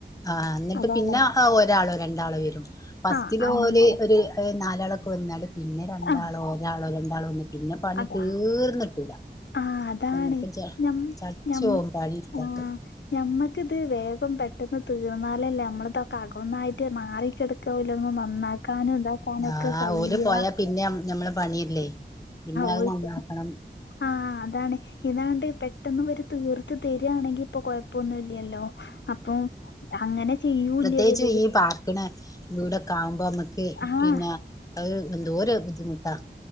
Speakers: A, on the left (about 20°); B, on the left (about 90°).
A: ആ എന്നിട്ട്
B: അതാണ്
A: പിന്നെ ഒരാള രണ്ടാളോ വരും ഫസ്റ്റില്
B: ആ അങ്ങനെ
A: ഓല് ഒര് ഹ് നാലാളൊക്കെ വന്നാണ്ട് പിന്നെ രണ്ടാളോ
B: ആ
A: ഒരാളോ രണ്ടാളോ വന്ന് പിന്നെ പണി
B: അതാ
A: തീർന്ന്ട്ടൂല
B: ആ അതാണ്
A: നമ്മുക്ക് ച
B: ഞം
A: ചട്ച്ചോവും
B: ഞം
A: പണിട്ത്താട്ട്.
B: ആഹ് ഞമ്മക്കിത് വേഗം പെട്ടെന്ന് തീർന്നാലല്ലേ നമ്മൾ തൊക്കെ അകന്നായ്ട്ട് മാറിക്കെട് ക്കോലൊന്നും നന്നാക്കാനും ഇതാക്കാനും ഒക്കെ
A: ആഹ്
B: കയ്യ.
A: ഓല് പോയാ പിന്നെ നമ്മളെ പണിയല്ലേ പിന്നെ അഹ്
B: ഓൽക്ക്
A: നന്നാക്കണം.
B: ആഹ് അതാണ് ഇതാണ്ട് പെട്ടെന്ന് ഇവര് തീർത്ത് തര്യാണെങ്കി ഇപ്പ കൊഴപ്പൊന്നും ഇല്ലല്ലോ. അപ്പം അങ്ങനെ ചെയ്യൂല്ലിവര്
A: പ്രത്യേകിച്ചും ഈ പാർക്ക്ണെ വീടൊക്കെ ആവുമ്പോ അമ്മക്ക്
B: ആഹ്
A: പിന്നെ അഹ് എന്തോര് ബുദ്ധിമുട്ടാ